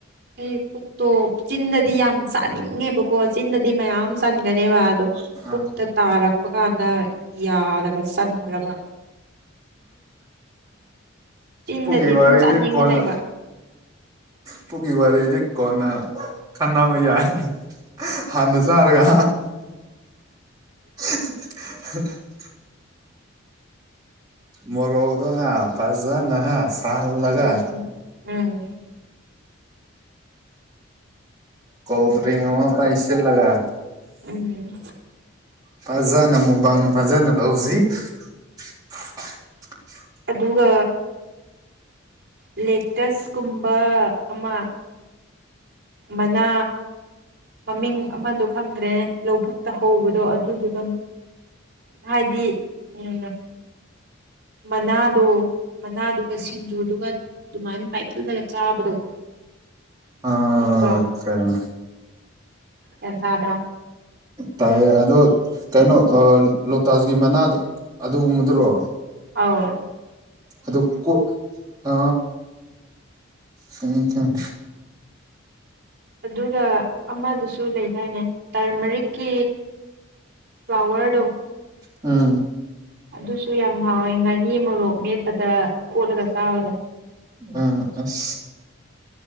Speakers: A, on the right; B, on the right.
A: ꯑꯩ ꯄꯨꯛꯇꯣꯞ ꯆꯤꯟꯗꯗꯤ ꯌꯥꯝ ꯆꯥꯅꯤꯡꯉꯦꯕꯀꯣ ꯆꯤꯟꯗꯗꯤ ꯃꯌꯥꯝ ꯆꯟꯒꯅꯦꯕ ꯑꯗꯣ
B: ꯑꯥ
A: ꯄꯨꯛꯇ ꯇꯥꯔꯛ ꯇꯔꯛꯄ ꯀꯥꯟꯗ ꯌꯥꯗꯕ ꯆꯟꯗ꯭ꯔꯕ ꯆꯤꯟꯗꯗꯤ
B: ꯄꯨꯛꯒꯤ
A: ꯑꯗꯨꯝ
B: ꯋꯥꯔꯗꯤ
A: ꯆꯥꯅꯤꯡꯉ
B: ꯀꯣꯟꯅꯥ
A: ꯂꯩꯕ
B: ꯄꯨꯒꯤ ꯋꯥꯔꯤꯔꯗꯤ ꯀꯣꯟꯅ ꯈꯥꯟꯅꯥꯕꯥ ꯌꯥꯏ ꯍꯥꯟꯅ ꯆꯥꯔꯒ <unintelligible> ꯃꯔꯣꯛ ꯇꯣ ꯍꯥ ꯐꯥꯖꯅ ꯍꯥ ꯁꯥꯍꯜꯂꯒ
A: ꯎꯝ ꯎꯝ
B: ꯀꯣꯜ ꯗꯔꯤꯟ꯭ꯛ ꯑꯃ ꯄꯩꯁꯂꯒ
A: ꯎꯝ
B: ꯐꯖꯅ ꯃꯨꯛꯕꯥꯡ ꯐꯖꯅ ꯇꯧꯁꯤ <unintelligible>
A: ꯑꯗꯨꯒ ꯂꯦꯛꯇꯁ ꯀꯨꯝꯕ ꯑꯃ ꯃꯅꯥ ꯃꯃꯤꯡ ꯑꯃꯗꯣ ꯐꯪꯗ꯭ꯔꯦ ꯂꯧꯕꯨꯛꯇ ꯍꯧꯕꯗꯣ ꯑꯗꯨꯗꯨꯒ ꯍꯥꯏꯗꯤ ꯎꯝ ꯃꯅꯥꯗꯣ ꯃꯅꯥꯗꯨꯒ ꯁꯤꯡꯖꯨꯗꯨꯒ ꯑꯗꯨꯃꯥꯏꯅ ꯄꯥꯏꯈꯠꯂꯒ ꯆꯥꯕꯗꯣ
B: ꯑꯑꯥ
A: ꯈꯪꯕ꯭ꯔꯥ
B: <unintelligible>
A: ꯌꯥꯟ ꯇꯥꯗ꯭ꯔꯣ
B: ꯇꯥꯏꯌꯦ ꯑꯗꯣ ꯀꯩꯅꯣ ꯑ ꯂꯣꯇꯥꯖꯒꯤ ꯃꯅꯥꯗꯨ ꯑꯗꯨꯒꯨꯝꯕꯗꯨꯔꯣ
A: ꯑꯥꯎ
B: ꯑꯗꯨ ꯀꯣꯠ ꯑ ꯈꯪꯏ ꯈꯪ
A: ꯑꯗꯨꯒ ꯑꯃꯥꯗꯨꯁꯨ ꯂꯩꯗꯥꯏꯅꯦ ꯇꯔꯃꯔꯤꯛꯀꯤ ꯐ꯭ꯂꯥꯋꯔꯗꯣ
B: ꯎꯝ
A: ꯑꯗꯨꯁꯨ ꯌꯥꯝ ꯍꯥꯎꯋꯦ ꯉꯥꯔꯤ ꯃꯣꯔꯣꯛ ꯃꯦꯠꯄꯗ ꯀꯣꯠꯂꯒ ꯆꯥꯕꯗꯣ
B: ꯎꯝ ꯑꯁ